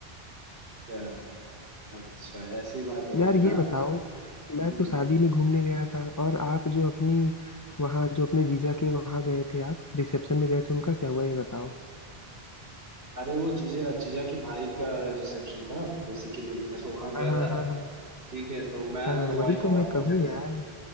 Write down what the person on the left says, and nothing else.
यार ये
बताओ मैं
तो शादी में घूमने गया था और आप जो अपनी वहाँ जो अपने जीजा के वहाँ गए थे आप रिसेप्शन में गए थे उनका क्या हुआ ये बताओ
हाँ हाँ
हाँ हाँ
हाँ
वही
तो मैं कहूँ
यार